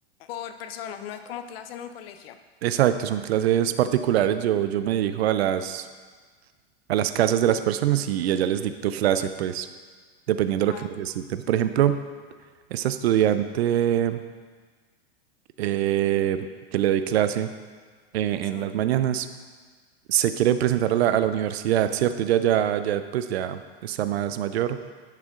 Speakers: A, on the left; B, on the right.
A: por personas, no es como clase en un colegio.
B: Exacto, son clases particulares. Yo, yo me dirijo a las... a las casas de las personas y, y allá les dicto clase, pues, dependiendo de
A: Ah,
B: lo que necesiten. Por ejemplo, esta estudiante eh, que le doy clase eh,
A: sí.
B: en las mañanas se quiere presentar a la, a la universidad, ¿cierto? Ya, ya, ya, pues ya está más mayor,